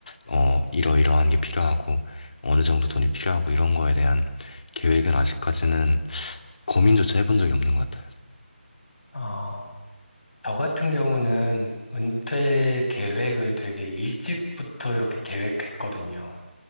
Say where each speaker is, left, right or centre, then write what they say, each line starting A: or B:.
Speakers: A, on the left; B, on the left.
A: 어 이러이러한 게 필요하고 어느 정도 돈이 필요하고 이런 거에 대한 계획은 아직까지는 고민조차 해본 적이 없는 것 같아요.
B: 아, 저 같은 경우는 은퇴 계획을 되게 일찍부터 이렇게 계획했거든요.